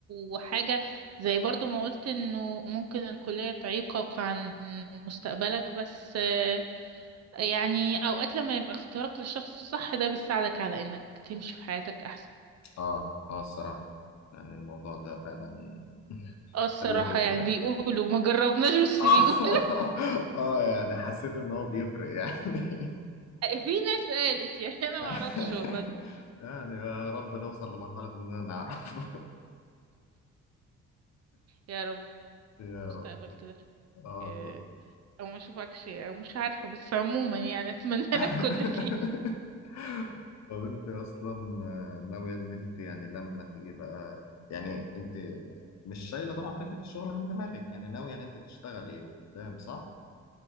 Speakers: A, on the right; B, on the left.
A: وحاجة زي برضو ما قلت انه ممكن الكلية تعيقك عن مستقبلك بس آه، يعني اوقات لما يبقى اختيارك للشخص الصح ده بيساعدك على انك تمشي في حياتك احسن
B: اه اه الصراحه يعني الموضوع ده فعلا
A: اه الصراحة
B: ده اللي بيفرق
A: يعني بيقولوا ما جربناش بس
B: <laughs> اه
A: بيقولوا
B: اه يعني حسيت ان هو بيفرق يعني
A: <laughs> في ناس قالت يعني انا
B: <laughs>
A: معرفش والله
B: يعني يا رب نوصل لمرحله اننا نعرف
A: يا رب
B: <laughs> يا
A: المستقبل
B: رب
A: كده أشوفك،
B: اه
A: آه،
B: طيب.
A: او ما اشوفكش او مش عارفه بس عموما يعني اتمنى لك
B: <laughs>
A: كل خير
B: طب انت اصلا آه، ناوية ان انت يعني لما تيجي بقى يعني انت مش شايلة طبعا فكرة الشغل من دماغك يعني ناوية ان انت تشتغلي قدام صح؟